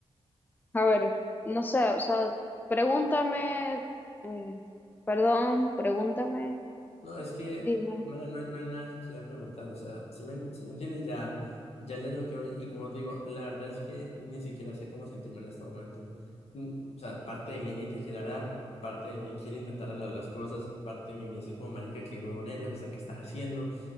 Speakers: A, on the left (about 20°); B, on the left (about 75°).
A: A ver, no sé, o sea, pregúntame, eh, perdón, pregúntame,
B: No, es que,
A: dime.
B: mira, no, no hay nada que quiera preguntar, o sea, si me, si me entiendes, ya, ya el daño que hoy, y como te digo, la verdad es que ni siquiera sé cómo sentirme en este momento. Mm, O sea, parte de mí ni te quiere hablar, parte de mí quiere intentar arreglar las cosas, parte de mí me dice como, marica, qué huevón eres, o sea, ¿qué estás haciendo?